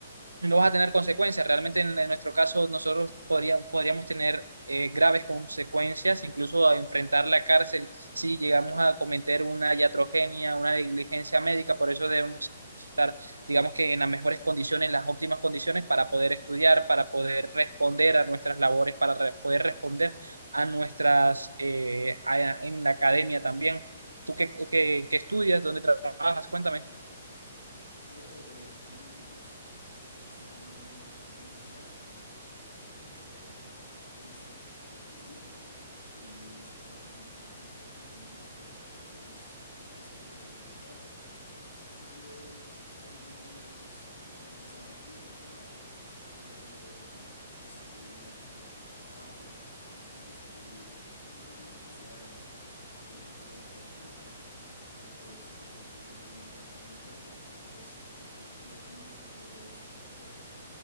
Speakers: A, on the right (about 80°); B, on the left (about 70°).
A: no vas a tener consecuencias. Realmente en, en nuestro caso nosotros podría- podríamos tener eh, graves consecuencias, incluso a enfrentar la cárcel si llegamos a cometer una iatrogenia, una negligencia médica. Por eso debemos estar, digamos que en las mejores condiciones, en las óptimas condiciones para poder estudiar, para poder responder a nuestras labores, para re- poder responder a nuestras, eh, a- en la academia también. ¿Tú qué, qué qué estudias? ¿Dónde trabajas? Cuéntame.
B: Yo eh, actualmente pues estoy estudiando ingeniería industrial. Voy en tercer semestre de ingeniería y estoy trabajando en un restaurante de comidas rápidas. Pues respecto a lo que comentabas, sí, siempre es algo pues un poco pesado, sí, el llevar, eh, pues lidiar con trabajo, con estudio, con vida social, con vida personal. Y pues, por ejemplo, yo también practico un deporte, entonces el tener que lidiar con eso siempre es un poco